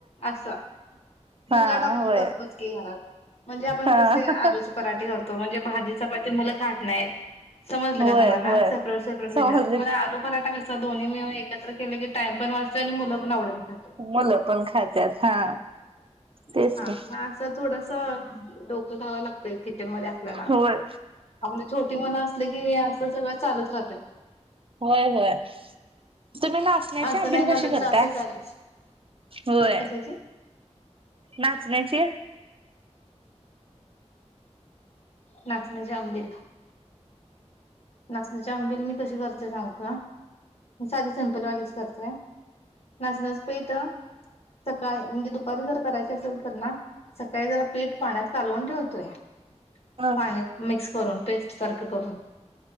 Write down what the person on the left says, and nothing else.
असा
जुगाड आपण,
करतोच की घरात म्हणजे आपण
कसे आलुचे पराठे करतो म्हणजे भाजी चपाती मुलं खात नाहीत समजलं
का तुम्हाला
सेपरेट सपरेट दिल्याला
मग आलू पराठा कस दोन्ही मिळुन एकत्र केले की टाइम पण वाचतय आणि मुलं पण आवडीन खात्यात
हा
मग असं थोडस डोकं धावाय लागतय किचन मध्ये आपल्याला
आपली छोटी मल आस आसल की हे असं सगळं चालच राहतय
असं
नाही खाल्लं
तर
असं चालच.
कशाची
नाचण्याची आंबील नाचण्याच्या आंबील मी कसे करते सांगू का साधी सिंपल वालीच करतोय नाचण्याच पेठ सकाळी म्हणजे दुपारी जर करायची असेल तर ना सकाळी जरा पीठ पाण्यात कालवून ठेवतोय
पाण्यात मिक्स करून पेस्ट सारखं करून,